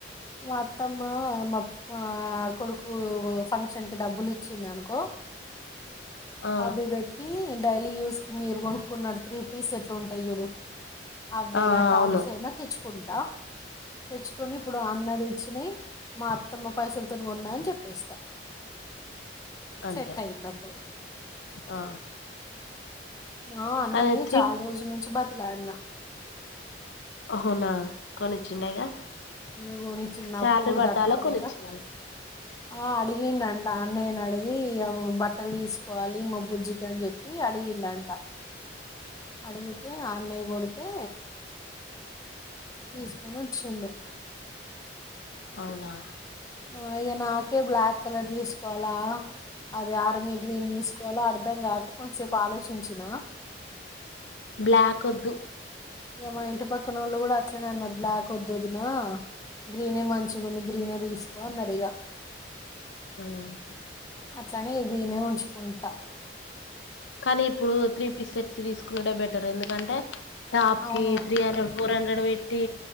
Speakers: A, on the left (about 20°); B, on the left (about 80°).
A: అత్తమ్మ మా కొడుకు ఫంక్షన్కిి డబ్బులుచ్చింది అనుకో
B: ఆ
A: అవి పెట్టి నేను డైలీ యూస్కి మీరు కొనుక్కున్నాడు త్రీ పీస్ సెట్లు ఉంటాయి చూడు అవ్వేనా
B: ఆ
A: టాప్స్
B: అవును
A: అయినా తెచ్చు కుంటా తెచ్చుకొని ఇప్పుడు అన్నది చింది మా అత్తమ్మ పైసలతో ఉన్నా అని చెప్ప పేస్తా
B: అంతే
A: సెట్ అయిందిప్పుడు
B: ఆ
A: ఆ అన్నని
B: కానీ త్రీ
A: చాలా రోజుల నుంచి బ లాడునా
B: అవునా కొనిచ్చిండేగా
A: ఈ కొనిచ్చిండా నా
B: శాలరీ
A: పోరు
B: పడ్డాల
A: తట్టుకోలేక
B: కొనిచ్చినాల
A: ఆ అడిగిండ అంట అన్నయ్యని అడిగి బట్టలు తీసుకోవాలి మా బుజ్జి కని చెప్పి అడిగిండ అంట అడుగుతే ఆనై బడుతే తీసుకొని వచ్చిండు
B: అవునా
A: నేనైతే నాకే బ్లాక్ కలర్ తీసుకోవాలా అది ఆర్మ గ్రీన్ తీసు ఒకవేళ అర్ధం కాకు కొంచసేపు ఆలోచించిన
B: బ్లాక్ వద్దు
A: ఇక మా ఇంటి పక్కన వాళ్ళు కూడా అట్లనే అన్నారు బ్లాక్ వద్దు వదిన గ్రీనే మంచిగుంది గ్రీనే తీసుకో అన్నారు ఇగ
B: మ్
A: అట్లనే ఇ గ్రేనే ఉంచుకుంటా
B: కానీ ఇప్పుడు త్రీ పీ సెట్స్ తీసుకొనుడే బెటర్ ఎందుకంటే టాప్
A: అవును
B: కీ త్రీ హండ్రెడ్ ఫోర్ హండ్రెడ్ అక్కడ పెట్టి